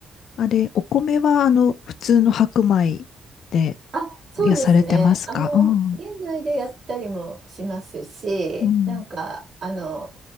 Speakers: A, on the left; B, on the right.
A: あれ、お米は、あの、普通の白米で、
B: あ、そうですね。
A: いや、されてますかうん。
B: あの、現代でやったりもしますし、
A: うん。
B: なんか、あの、